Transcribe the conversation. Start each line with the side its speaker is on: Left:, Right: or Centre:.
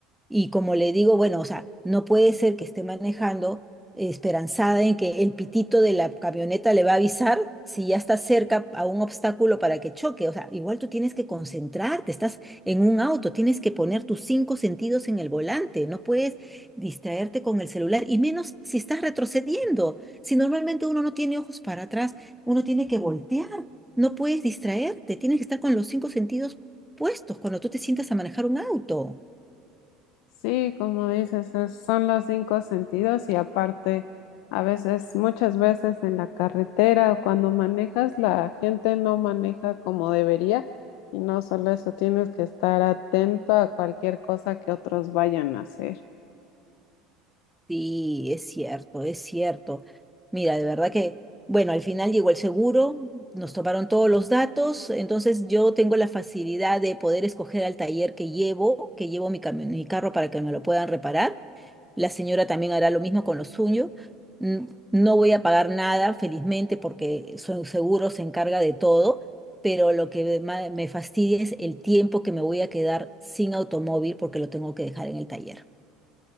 Centre: Y como le digo, bueno, o sea, no puede ser que esté manejando eh, esperanzada en que el pitito de la camioneta le va a avisar si ya está cerca a un obstáculo para que choque. O sea, igual tú tienes que concentrarte, estás en un auto, tienes que poner tus cinco sentidos en el volante, no puedes distraerte con el celular, y menos si estás retrocediendo. Si normalmente uno no tiene ojos para atrás, uno tiene que voltear, no puedes distraerte, tienes que estar con los cinco sentidos puestos cuando tú te sientas a manejar un auto.
Left: Sí, como dices, es- son los cinco sentidos y aparte, a veces, muchas veces en la carretera o cuando manejas, la gente no maneja como debería y no solo eso, tienes que estar atento a cualquier cosa que otros vayan a hacer.
Centre: Sí, es cierto, es cierto. Mira, de verdad que, bueno, al final llegó el seguro, nos tomaron todos los datos, entonces yo tengo la facilidad de poder escoger al taller que llevo, que llevo mi, cami- mi carro para que me lo puedan reparar. La señora también hará lo mismo con lo suyo. Mm, No voy a pagar nada, felizmente, porque su seguro se encarga de todo, pero lo que ma- me fastidia es el tiempo que me voy a quedar sin automóvil porque lo tengo que dejar en el taller.